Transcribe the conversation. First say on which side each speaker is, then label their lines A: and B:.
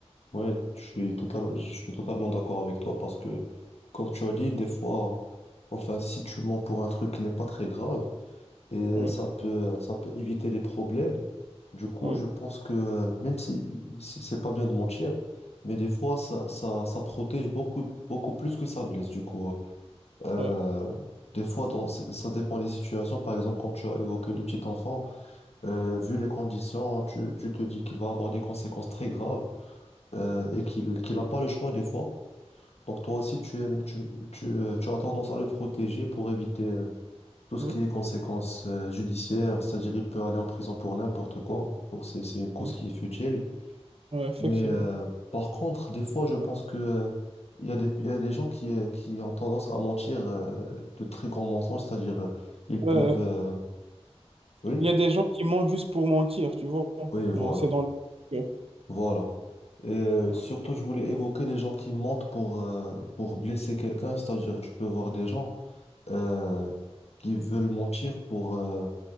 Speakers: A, on the left; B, on the right.
A: Ouais, je suis total, je suis totalement d'accord avec toi parce que, comme tu as dit, des fois, enfin, si tu mens pour un truc qui n'est pas très grave et
B: Oui,
A: ça peut, ça peut éviter des problèmes, du coup,
B: oui,
A: je pense que euh, même si i- c'est c'est pas bien de mentir, mais des fois, ça, ça, ça protège beaucoup, beaucoup plus que ça blesse. Du coup, euh,
B: oui,
A: des fois, dans, c- ça dépend des situations. Par exemple, quand tu as évoqué le petit enfant, euh, vu les conditions, tu, tu te dis qu'il va avoir des conséquences très graves euh, et qu'il qu'il n'a pas le choix des fois. Donc toi aussi, tu aimes, tu, tu, euh, tu as tendance à le protéger pour éviter euh, tout ce
B: oui,
A: qui est conséquences euh, judiciaires, c'est-à-dire il peut aller en prison pour n'importe quoi, pour c'est c'est une cause
B: oui,
A: qui est futile.
B: oui, effectivement.
A: Mais euh, par contre, des fois, je pense que euh, il y a des, il y a des gens qui, euh, qui ont tendance à mentir euh, de très grands mensonges, c'est-à-dire euh, ils
B: Ouais,
A: peuvent... euh, Oui,
B: Il y a des gens qui mentent juste pour mentir, tu vois.
A: oui, voilà,
B: Genre, c'est dans le cœur.
A: voilà. Et euh, surtout,
B: Ouais.
A: je voulais évoquer les gens qui mentent pour, euh, pour blesser quelqu'un, c'est-à-dire tu peux voir des gens euh, qui veulent mentir pour, euh,